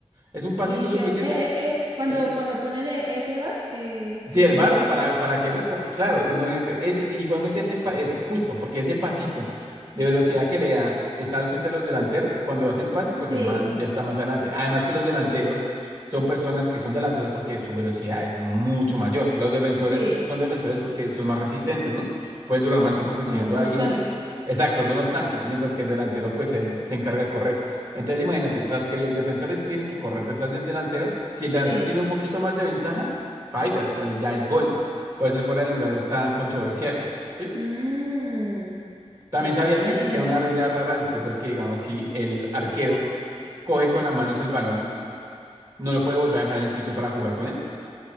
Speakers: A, on the right; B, on the right.
A: es un pasito
B: y dicen,
A: suficiente.
B: eh, eh, eh, cuando,
A: eh,
B: cuando ponen e- ese bar, eh,
A: Sí,
B: el
A: el
B: señor
A: bar,
B: que
A: para,
B: mira.
A: para qué ver, porque claro, imagínate, es, igualmente ese pa- es justo, porque ese pasito de velocidad que le da está al frente de los delanteros, cuando hace el pase, pues
B: Sí,
A: el man ya está más adelante. Además que los delanteros son personas que son delanteros porque su velocidad es mucho mayor. Los defensores
B: sí,
A: es- son defensores porque son más resistentes, ¿no? Pueden durar más tiempo persiguiendo
B: son los, son
A: a alguien
B: los tanques.
A: y eso. Exacto, son los tanques, mientras que el delantero, pues él se encarga de correr. Entonces imagínate, tras que los defensores tienen que correr detrás del delantero, si el delantero
B: Sí.
A: tiene un poquito más de ventaja, Pailas, ahí ya es gol. Puede ser fuera de lugar, es tan controversial, ¿sí?
B: Mm,
A: También
B: ya
A: sabías
B: veo.
A: que existía una regla rara del fútbol que, digamos, si el arquero coge con las manos el balón, no lo puede volver a dejar en el piso para jugar con él